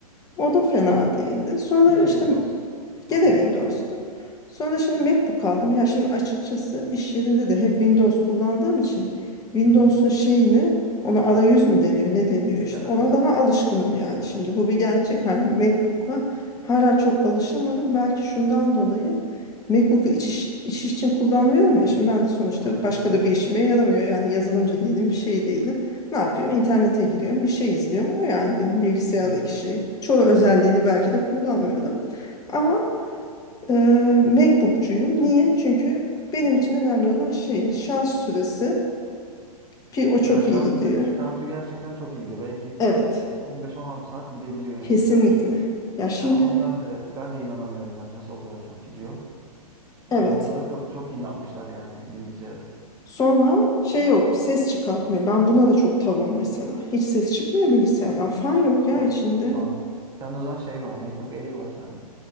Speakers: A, on the left (about 20°); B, on the right (about 20°).
A: O da fena değildi. Sonra
B: Yine
A: işte
B: Windows.
A: Gene
B: Hı hı.
A: Windows'tu. Sonra şimdi MacBook aldım. Ya şimdi açıkçası iş yerinde de hep Windows kullandığım için Windows'un
B: Hı hı.
A: şeyini ona arayüz mü deniyor ne deniyor işte
B: Evet.
A: ona daha alışkınım yani şimdi bu bir gerçek hani MacBook'a hala çok alışamadım belki şundan dolayı MacBook'u iç iş, iş için kullanmıyorum ya şimdi ben de sonuçta
B: Evet.
A: başka
B: Hı hı.
A: da bir işime yaramıyor yani yazılımcı değilim bir şey değilim ne yapıyorum İnternete giriyorum bir şey izliyorum o yani benim bilgisayardaki
B: Hı hı.
A: şeyim çoğu özelliğini
B: Evet.
A: belki de kullanmıyorum. Ama Eee MacBook'cuyum. Niye? Çünkü benim için önemli olan şey şans süresi ki o çok
B: Ya şarjı
A: iyi gidiyor.
B: şarjı gerçekten çok iyi gidiyor. Belki
A: Evet.
B: e, 15-16 saat gidebiliyor yani
A: Kesinlikle.
B: şarjı.
A: Ya şimdi
B: Yani ona ben de ben de inanamıyorum yani nasıl o kadar çok gidiyor. O
A: evet.
B: noktada çok çok iyi yapmışlar yani bilgisayarı.
A: Sonra şey yok. Ses çıkartmıyor. Ben buna da çok tavım mesela. Hiç ses çıkmıyor bilgisayardan. Fan yok ya
B: Ha-
A: içinde.
B: Anladım. Sen o zaman şey var. MacBook Air var sende.